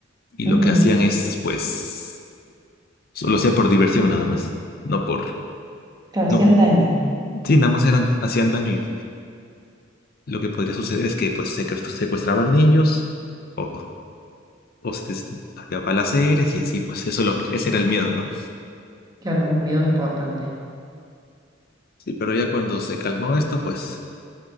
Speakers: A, on the left; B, on the right.
A: Y
B: Ujú.
A: lo que hacían es, pues, solo hacían por diversión nada más, no por,
B: Claro,
A: no,
B: hacían daño.
A: sí, nada más eran, hacían daño y lo que podría suceder es que pues secuest- secuestraban niños o, o se des- había balaceres y así, pues eso es lo que, ese era el miedo, ¿no?
B: Claro, un miedo importante.
A: Sí, pero ya cuando se calmó esto, pues